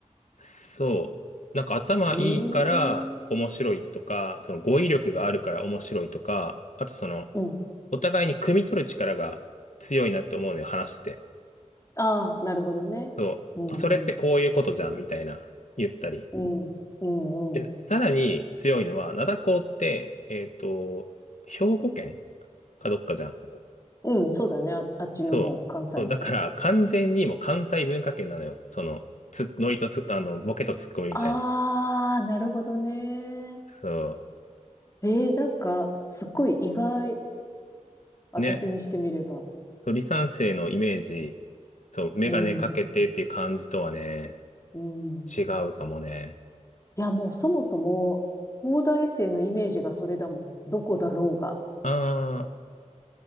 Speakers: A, on the left; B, on the left.
A: そう。なんか頭いいから面白いとか、
B: ええ
A: その語彙力があるから面白いとか、あとその、
B: うん。
A: お互いに汲み取る力が強いなって思うのよ、話してて。
B: ああ、なるほどね。
A: そう。
B: うん、
A: あそれってこういうことじゃん、
B: うん、
A: みたいな、言ったり。
B: うん、うん、
A: え、
B: うん。
A: さらに強いのは、灘高って、えっと、兵庫県かどっかじゃん。
B: うん、そうだね。あ、あっちの方、
A: そう。
B: 関西の方。
A: そう。だから完全にもう関西文化圏なのよ。その、つ、ノリとつ、あの、ボケとツッコミみたいな。
B: ああ、なるほどね。
A: そ
B: ええなんか、すっごい意外。私にしてみれば。
A: う。ね。そう、離散生のイメージ、そう、メガネかけてっていう感じとはね、
B: うん、うん。
A: 違うかもね。
B: いや、もうそもそも、東大生のイメージがそれだもん。どこだろうが。
A: ああ、